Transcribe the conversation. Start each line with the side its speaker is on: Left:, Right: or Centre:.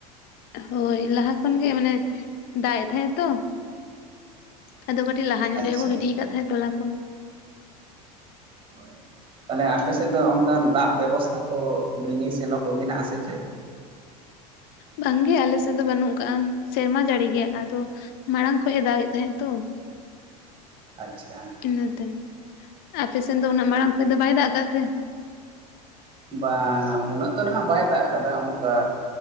Left: ᱦᱳᱭ, ᱞᱟᱦᱟ ᱠᱷᱚᱱ ᱜᱮ ᱢᱟᱱᱮ ᱫᱟᱜ ᱮᱫ ᱛᱟᱦᱮᱸᱜᱼᱟ ᱛᱚ᱾ ᱟᱫᱚ ᱠᱟᱹᱴᱤᱡ ᱞᱟᱦᱟ ᱧᱚᱜ
Right: ᱟᱪᱪᱷᱟ
Left: ᱨᱮᱜᱮ ᱠᱚ ᱜᱤᱰᱤᱤᱭ ᱟᱠᱟᱫ ᱛᱟᱦᱮᱸᱫ ᱛᱚᱞᱟ ᱠᱚ᱾
Right: ᱦᱳᱭ ᱛᱟᱦᱞᱮ ᱟᱯᱮ ᱥᱮᱫ ᱫᱚ ᱚᱱᱠᱟᱱ ᱫᱟᱜ ᱵᱮᱵᱚᱥᱛᱷᱟ ᱠᱚ ᱢᱤᱱᱤ ᱥᱮᱞᱚ ᱠᱚ ᱢᱮᱱᱟᱜᱼᱟ ᱥᱮ ᱪᱮᱫ?
Left: ᱵᱟᱝ ᱜᱮ ᱟᱞᱮ ᱥᱮᱫ ᱫᱚ ᱵᱟᱹᱱᱩᱜ ᱟᱠᱟᱜᱼᱟ, ᱥᱮᱨᱢᱟ ᱡᱟᱹᱲᱤ ᱜᱮ ᱟᱫᱚ ᱢᱟᱬᱟᱝ ᱠᱷᱚᱡ ᱮ ᱫᱟᱜᱮᱫ ᱛᱟᱦᱮᱸᱜ ᱛᱚ᱾
Right: ᱟᱪᱪᱷᱟ᱾
Left: ᱤᱱᱟᱹᱛᱮ, ᱟᱯᱮ ᱥᱮᱱ ᱫᱚ ᱩᱱᱟᱹᱜ ᱢᱟᱲᱟᱝ ᱠᱷᱚᱡ ᱫᱚ ᱵᱟᱭ ᱫᱟᱜ ᱠᱟᱜ ᱛᱮ?
Right: ᱵᱟᱝ ᱩᱱᱟᱹᱜ ᱫᱚ ᱱᱟᱦᱟᱜ ᱵᱟᱭ ᱫᱟᱜ ᱟᱠᱟᱫᱟ, ᱚᱝᱠᱟ